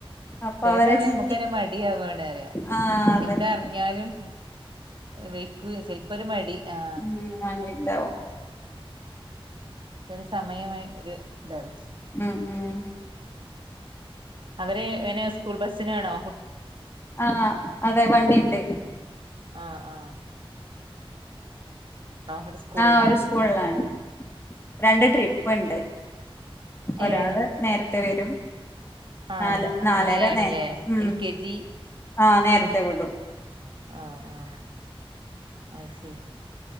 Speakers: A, on the left; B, on the right.
A: അപ്പൊ
B: ചെല
A: അവരെ
B: സമയം
A: ചിരി
B: നമുക്ക്ന്നെ മടിയവാണ്
A: ആഹ് അതന്നെ
B: എന്താ പഞ്ഞാലും വയ്ക്കൂ ചെലപ്പോൊ രു മടി ആ
A: മ്മമ്മാ ന്റെ ഉണ്ടാവും.
B: ത സമയമേഒരു ഇതാണ്.
A: ഉം ഉം
B: അവര് പിനെ സ്കൂൾ ബസിനാണോ
A: ആഹ് അതെ വണ്ടിണ്ട്
B: ആ ആ ഒരു സ്കൂളിലാ
A: ആഹ് ഒരു സ്കൂളിലാണ് രണ്ട് ട്രി പ്പണ്ട് ഒരാള്
B: ഏഹ്
A: നേരത്തെ വരും.
B: ആഹ്
A: നല് നാലര
B: അങ്ങനെയാണല്ലേ
A: നേ ഉം
B: എൽ കെ ജി
A: ആ നേരത്തെേ വിടും.
B: ആഹ ആ അഹ് ശരി